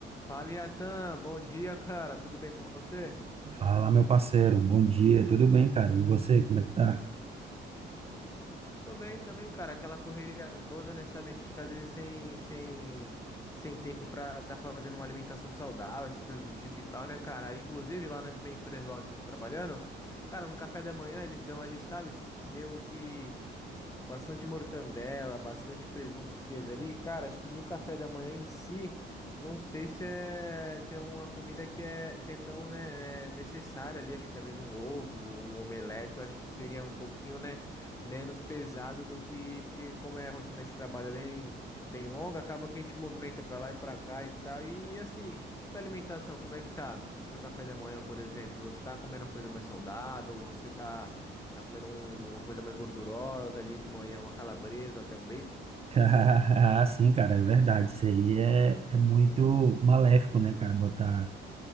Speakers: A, on the left; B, on the right.
A: Fala, Iatan, bom dia, cara. Tudo bem com você?
B: Fala, meu parceiro, bom dia, tudo bem, cara? E você, como é que tá?
A: Tô bem também, cara. Aquela correria toda, né? Sabe, a gente fica às vezes sem, sem, sem tempo pra tá fazendo uma alimentação saudável, essas coisas do tipo e tal, né, cara? Inclusive, lá na minha empresa, lá onde eu tô trabalhando, cara, no café da manhã eles dão ali, sabe, meio que, que bastante mortandela, bastante presunto e queijo ali. Cara, acho que no café da manhã em si, não sei se é, se é uma comida que é, que é tão, né, é necessária ali. Acho que talvez um ovo, um omelete, eu acho que seria um pouquinho, né? menos pesado do que, porque como é a rotina de trabalho bem, bem longa, acaba que a gente movimenta para lá e para cá e tal. E assim, sua alimentação, como é que tá? Seu café da manhã, por exemplo, você tá comendo uma coisa mais saudável, você tá, tá comendo um- uma coisa mais gordurosa ali de manhã, uma calabresa ou até um bacon?
B: <laughs> Ah, sim, cara, é verdade. Isso aí é, é muito maléfico, né, cara? Botar